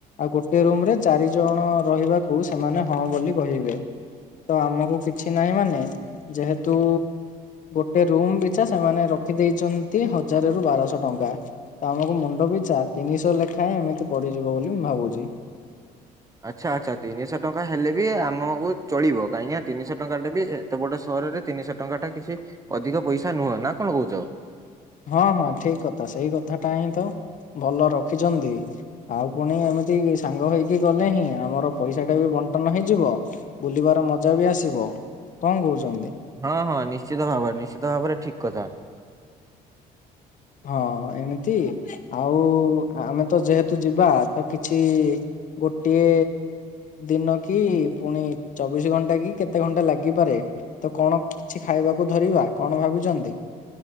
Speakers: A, on the left; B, on the right.
A: ଆଉ ଗୋଟେ ରୁମ ରେ ଚାରି ଜଣ ରହିବାକୁ ସେମାନେ ହଁ ବୋଲି କହିବେ। ତ ଆମକୁ କିଛି ନାହିଁ ମାନେ ଯେହେତୁ ଗୋଟ ରୁମ ପିଛା ସେମାନେ ରଖି ଦେଇଛନ୍ତି ହଜାର ରୁ ବାରଶହ ଟଙ୍କା। ତ ଆମକୁ ମୁଣ୍ଡ ପିଛା ତିନିଶହ ଲେଖାଏଁ ଏମତି ପଡ଼ିଯିବ ବୋଲି ମୁଁ ଭାବୁଛି।
B: ଆଚ୍ଛା ଆଚ୍ଛା। ତିନିଶହ ଟଙ୍କା ହେଲେ ବି ଆମକୁ ଚଳିବ। କାହିଁକିନା ତିନିଶହ ଟଙ୍କା ଟା ବି ଏ ତେ ବଡ଼ ସହରରେ ତିନିଶହ ଟଙ୍କା ଟା କିଛି ଅଧିକ ପଇସା ନୁହେଁ ନା କଣ କହୁଛ।
A: ହଁ ହଁ ଠିକ କଥା। ସେଇ କଥା ଟା ହିଁ ତ ଭଲ ରଖିଛନ୍ତି। ଆଉ ପୁଣି ଏମିତି ସାଙ୍ଗ ହେଇକି ଗଲେ ହିଁ ଆମର ପଇସା ଟା ବି ବଣ୍ଟନ ହେଇଯିବ। ବୁଲିବାର ମଜା ବି ଆସିବ। କଣ କହୁଛନ୍ତି?
B: ହଁ ହଁ ନିଶ୍ଚିତ ଭାବରେ ନିଶ୍ଚିତ ଭାବରେ ଠିକ କଥା।
A: ହଁ ଏମିତି। ଆଉ ଆମେ ତ ଯେହେତୁ ଯିବା ତ କିଛି ଗୋଟିଏ ଦିନ କି ପୁଣି ଚବିଶି ଘଣ୍ଟା କି କେତେ ଘଣ୍ଟା ଲାଗିପାରେ। ତ କଣ କିଛି ଖାଇବାକୁ ଧରିବା? କଣ ଭାବିଛନ୍ତି?